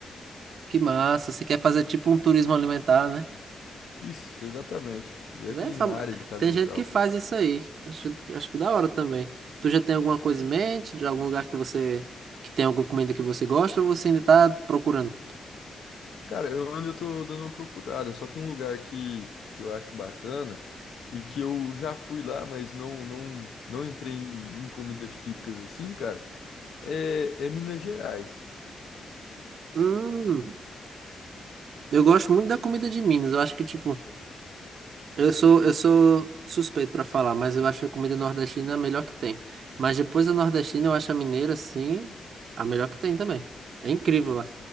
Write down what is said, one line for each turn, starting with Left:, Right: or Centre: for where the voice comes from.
Right: Que massa. Você quer fazer tipo um turismo alimentar, né?
Left: Isso, exatamente. Ver
Right: Véi,
Left: a culinária
Right: fam-
Left: de cada
Right: tem
Left: local.
Right: gente que faz isso aí. Acho, acho da hora também. Tu já tem alguma coisa em mente? De algum lugar que você... Que tem alguma comida que você gosta ou você ainda tá procurando?
Left: Cara, eu ainda tô dando uma procurada, só que um lugar que, que eu acho bacana e que eu já fui lá, mas não não não entrei em, em comidas típicas assim, cara, é, é Minas Gerais.
Right: Hum, eu gosto muito da comida de Minas. Eu acho que, tipo... Eu sou, eu sou suspeito pra falar, mas eu acho a comida nordestina é a melhor que tem. Mas depois da nordestina, eu acho a mineira, sim, a melhor que tem também. É incrível lá.